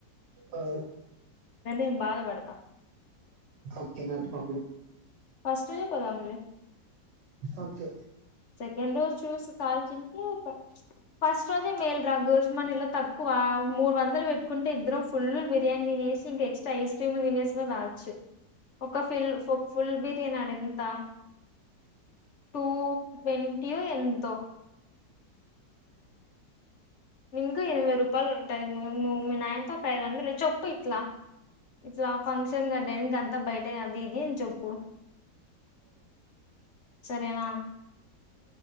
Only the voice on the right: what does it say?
ఆ
ఓకే నాట్ ప్రబ్ల
ఓకే